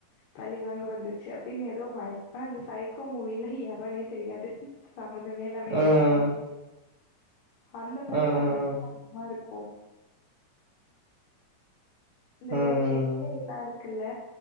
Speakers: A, on the left; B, on the right.
A: பழிவாங்க வந்துச்சு அப்டின் எதோ நரெக்டா அந்த சைக்கோ மூவில எவனே தெரியாது சம்மந்தமே இல்லாம யாரயாவ்து
B: ம்
A: கொல அந்த மாரி
B: ம்
A: பாத்தது தா அதிகமா இருக்கும் இந்த
B: ம்
A: சென்னைலா இருக்கு குல்ல